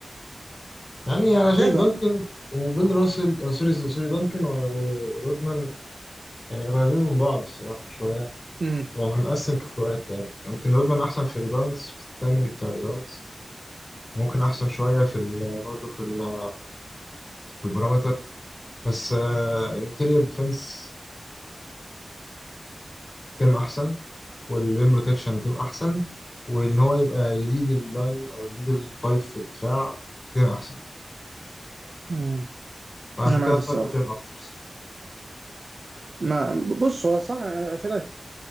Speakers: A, on the left; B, on the right.
A: يعني انا شايف
B: ايه بقى
A: دانكن وبيل راسل آه، سوري سوري دانكن و- و- ورودمان يعني قريبين من بعض الصراحه شويه
B: مم.
A: لو هنقسم كفاءات يعني يمكن رودمان احسن في الريباوندز في التايمنج بتاع الريباوندز ممكن احسن شويه في ال- برضه في ال- في البارامتر بس الانتيريور ديفense تيم احسن والريم بروتكشن تيم احسن وان هو يبقى يليد اللاين او يليد الفايف في الدفاع تيم احسن
B: مم.
A: فعشان
B: انا معاك
A: كده اخترت
B: الصراحه
A: تيم اكتر الصراحة.
B: ما بص هو صح أنا فعلا